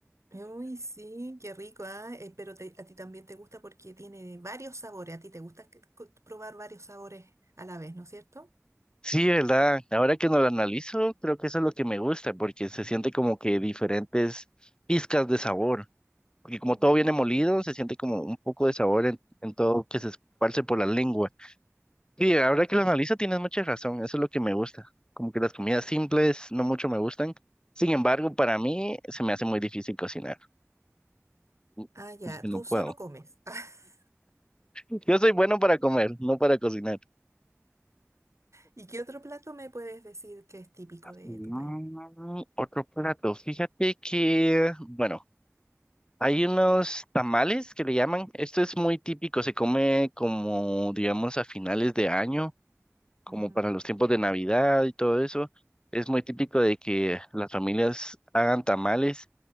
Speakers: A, on the right; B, on the left.
A: Uy, sí, qué rico, ah, eh, pero te- a ti también te gusta porque tiene varios sabores. A ti te gusta que- co- probar varios sabores a la vez, ¿no es cierto?
B: Sí, ¿verdad? Ahora que no lo analizo, creo que eso es lo que me gusta, porque se siente como que diferentes pizcas de sabor. Porque como
A: Mm.
B: todo viene molido, se siente como un poco de sabor en, en todo que se esparce por la lengua. Y ahora que lo analizo, tienes mucha razón, eso es lo que me gusta. Como que las comidas simples no mucho me gustan. Sin embargo, para mí se me hace muy difícil cocinar. mm,
A: Ah, ya,
B: Como que
A: tú
B: no puedo.
A: solo comes. <laughs>
B: Yo soy bueno para comer, no para cocinar.
A: ¿Y qué otro plato me puedes decir que es típico de
B: Mm,
A: tu país?
B: Otro plato, fíjate que, bueno. Hay unos tamales que le llaman. Esto es muy típico, se come como, digamos, a finales de año, como
A: Ujú,
B: para los tiempos de Navidad y todo eso. Es muy típico de que las familias hagan tamales